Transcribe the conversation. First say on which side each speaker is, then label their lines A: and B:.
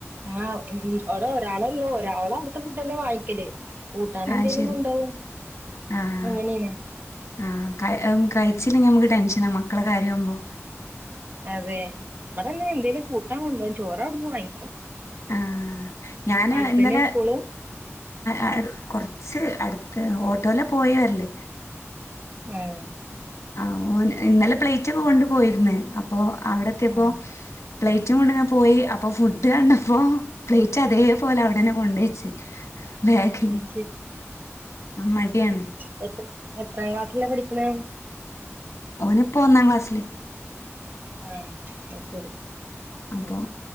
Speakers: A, on the right (about 40°); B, on the left (about 75°).
A: ആഹ് ഉം അവിടെ ഒരാളെ ഉള്ളൂ ഒരാള് അവിടുത്തെ ഫുഡ് തന്നെ വാങ്ങിക്കല് കൂട്ടാര് എന്തേലും
B: അയ് ശരി
A: കൊണ്ടോവും
B: ആഹ്
A: അങ്ങനെനെ
B: ആഹ് കഴ് കഴിച്ചില്ലെങ്കിൽ നമുക്ക് ടെൻഷനാ മക്കളെ കാര്യമാവുമ്പോ
A: അതെ ഇവിടെന്ന് എന്തേലും കൂട്ടാ കൊണ്ടോ ചോറ് അവിടുന്ന് വാങ്ങിക്കും
B: ആഹ് ഞാന്
A: അടുത്തന്നെയാ
B: ഇന്നലെ
A: സ്കൂള്
B: ആ കുറച്ച് അടുത്ത് ഓട്ടോല പോയി വരല്
A: ഉം
B: ആഹ് ഓന് ഇന്നലെ പ്ലേറ്റ് ഒക്കെ കൊണ്ട് പോയിരന്ന് അപ്പോ അവിടെത്തിപ്പോ
A: ആഹ്
B: പ്ലേറ്റും കൊണ്ടങ്ങനെ പോയി അപ്പോ ഫുഡ് കണ്ടപ്പോ. പ്ലേറ്റ് അതേപോലെ അവിടനെ കൊണ്ടേയെച്ച് ബാഗില്.
A: അത്
B: മടിയാണ്
A: എത്ര എത്രാം ക്ലാസ്സില പഠിക്കണെ?
B: ഓനി ഇപ്പോൾ ഒന്നാം ക്ലാസ്സിൽ
A: ആഹ അയ്ശരി
B: അപ്പൊ
A: ഉം